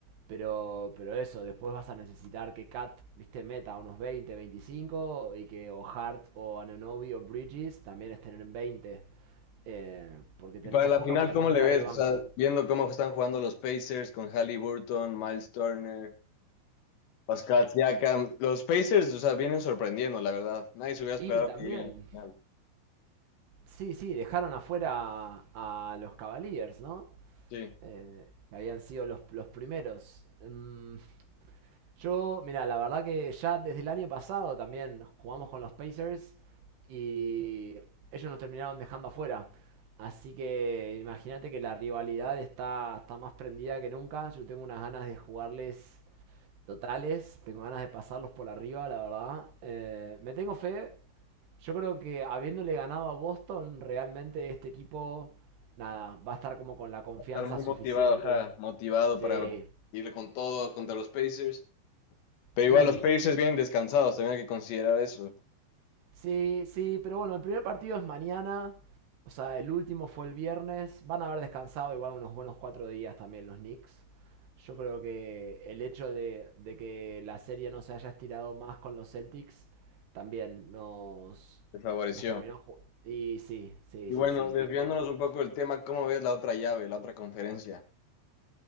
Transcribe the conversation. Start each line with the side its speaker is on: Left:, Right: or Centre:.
Right: pero, pero eso, después vas a necesitar que Cat, viste, meta unos 20 25 y que o Hart o Ananobi o Bridges también estén en veinte eh, porque tenemos
Left: Y para la
Right: poca
Left: final,
Right: profundidad
Left: ¿cómo le ves?
Right: en el banco.
Left: O sea, viendo cómo están jugando los Pacers con Halliburton, Miles Turner, Pascal Siakam. Los Pacers, o sea, vienen sorprendiendo, la verdad. Nadie se hubiera esperado
Right: Y también,
Left: que lleguen a la final.
Right: sí, sí, dejaron afuera a, a los Cavaliers, ¿no?
Left: Sí, va
Right: Eh, que habían sido los, los primeros. Mm, Yo, mira, la verdad que ya desde el año pasado también jugamos con los Pacers y ellos nos terminaron dejando afuera. Así que imagínate que la rivalidad está, está más prendida que nunca. Yo tengo unas ganas de jugarles totales, tengo ganas de pasarlos por arriba, la verdad. Eh, me tengo fe. Yo creo que habiéndole ganado a Boston, realmente este equipo, nada, va a estar como con la confianza
Left: a estar muy
Right: suficiente.
Left: motivado, ajá, motivado
Right: Sí.
Left: para ir con todo contra los Pacers. Pero
Right: Y
Left: igual los Pacers vienen descansados, también hay que considerar eso.
Right: Sí, sí, pero bueno, el primer partido es mañana. O sea, el último fue el viernes. Van a haber descansado igual unos buenos cuatro días también los Knicks. Yo creo que el hecho de, de que la serie no se haya estirado más con los Celtics también nos,
Left: Les favoreció.
Right: nos terminó. ju- Y sí, sí,
Left: Y
Right: sí,
Left: bueno,
Right: sí,
Left: desviándonos
Right: estuvo.
Left: un poco del tema, ¿cómo ves la otra llave, la otra conferencia